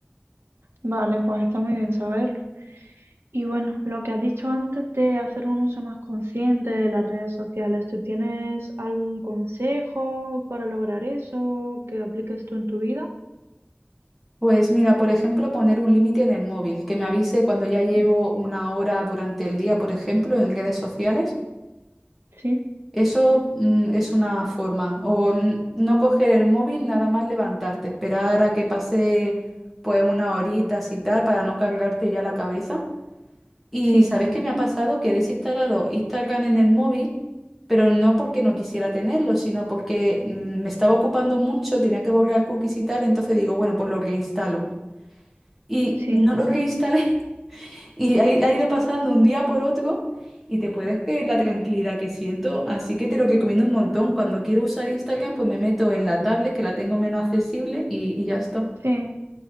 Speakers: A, on the right; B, in the centre.
A: Vale, pues está muy bien saberlo. Y bueno, lo que has dicho antes de hacer un uso más consciente de las redes sociales, ¿tú tienes algún consejo para lograr eso que apliques tú en tu vida?
B: Pues mira, por ejemplo, poner un límite en el móvil, que me avise cuando ya llevo
A: Mm,
B: una hora durante el día, por ejemplo, en redes sociales.
A: Sí,
B: Eso, mm, es una forma. O n- no coger el móvil, nada más levantarte, esperar a que pase pues una horita y tal para no cargarte ya la cabeza. Y
A: sí,
B: ¿sabes qué me ha pasado? Que he desinstalado Instagram en el móvil, pero no porque no quisiera tenerlo, sino porque mm, me estaba ocupando mucho, tenía que borrar cookies y tal, entonces digo, bueno, pues lo reinstalo y
A: sí.
B: no lo reinstalé <laughs> y ha, ha ido pasando un día por otro y te puedes creer la tranquilidad que siento, así que te lo recomiendo un montón. Cuando quiero usar Instagram, pues me meto en la tablet que la tengo menos accesible y, y ya está.
A: Sí,